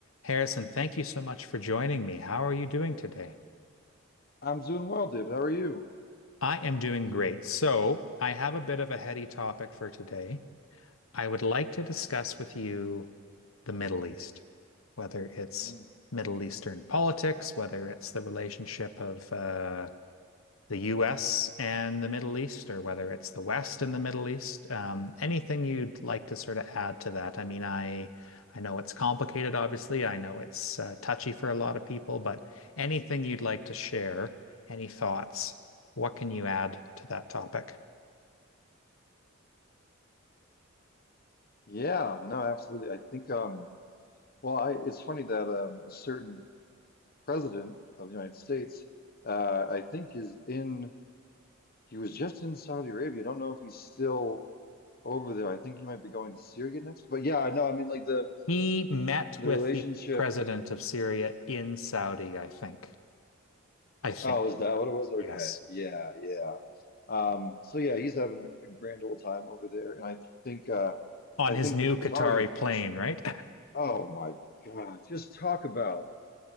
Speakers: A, on the left; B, on the left.
A: Harrison, thank you so much for joining me. How are you doing today?
B: I'm doing well, Dave. How are you?
A: I am doing great. So, I have a bit of a heady topic for today. I would like to discuss with you the Middle East, whether it's
B: Mm.
A: Middle Eastern politics, whether it's the relationship of uh, the US and the Middle East, or whether it's the West and the Middle East. Um, anything you'd like to sort of add to that? I mean, I I know it's complicated, obviously. I know it's uh, touchy for a lot of people, but anything you'd like to share, any thoughts, what can you add to that topic?
B: Yeah, no, absolutely. I think, um, well, I, it's funny that um, a certain president of the United States, uh, I think, is in. He was just in Saudi Arabia. I don't know if he's still over there. I think he might be going to Syria next. But yeah, no, I mean, like the
A: He met
B: the
A: with
B: relationship.
A: the president of Syria in Saudi, I think. I think.
B: Oh, is that what it was? Okay,
A: Yes.
B: yeah, yeah. Um, so yeah, he's having a, a grand old time over there, and I think, uh,
A: On
B: I
A: his
B: think
A: new
B: the Qataris
A: Qatari plane,
B: just.
A: right?
B: Oh my God. Just talk about,